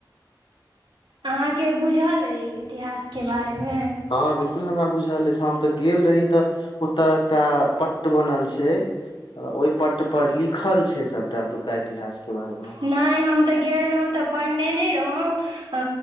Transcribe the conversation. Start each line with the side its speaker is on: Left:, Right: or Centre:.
Right: अहाँके बुझल अइ इतिहासके बारेमे
Left: हाँ बिल्कुल हमरा बुझल अछि हम तऽ गेल रही तऽ ओतय एकटा पट्ट बनल छै ओहि पट पर लिखल छै सबटा ओतुका इतिहास के बारेमे
Right: नहि हम त गेल रहौं त पढ़ने नय रहौ अ